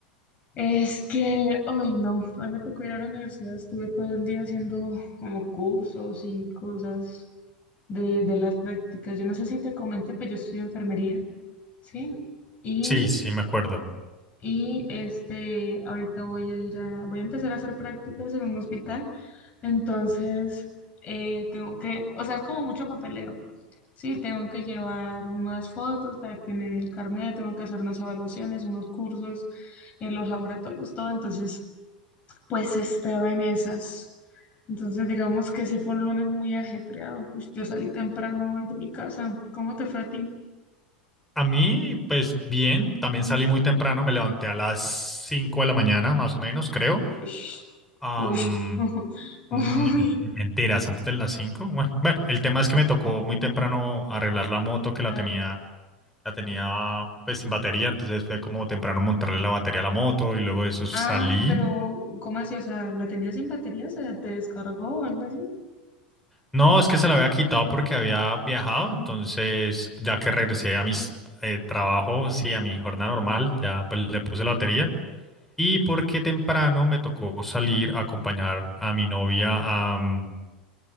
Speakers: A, on the left; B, in the centre.
A: Es que hoy no, hoy me tocó ir a la universidad, estuve todo el día haciendo como cursos y cosas de, de las prácticas. Yo no sé si te comenté, pero yo estudio enfermería, ¿sí? Y,
B: Sí, sí, me acuerdo.
A: y este, ahorita voy a ir a, voy a empezar a hacer prácticas en un hospital. Entonces, eh, tengo que, o sea, es como mucho papeleo. Sí, tengo que llevar unas fotos para que me dé el carnet, tengo que hacer unas evaluaciones, unos cursos en los laboratorios, todo. Entonces, pues estaba en esas. Entonces, digamos que sí fue un lunes muy ajetreado. Ush, Yo salí temprano hoy de mi casa. ¿Cómo te fue a ti?
B: A mí, pues bien, también salí muy temprano, me levanté a las 5 de la mañana, más o menos, creo.
A: Ush,
B: Am,
A: ush, <laughs>
B: no,
A: uy,
B: mentiras, antes de las 5. Bueno, bueno, el tema es que me tocó muy temprano arreglar la moto que la
A: claro.
B: tenía, la tenía pues sin batería, entonces fue como temprano montarle la batería a la moto y luego de eso salí.
A: Ah, pero, ¿cómo así? O sea, ¿la tenías sin batería? ¿Se te descargó o algo así?
B: No, es que se la había quitado porque había viajado, entonces ya que regresé a mis eh, trabajos, sí, a mi jornada normal, ya pues le puse la batería y porque temprano me tocó salir a acompañar a mi novia a mm,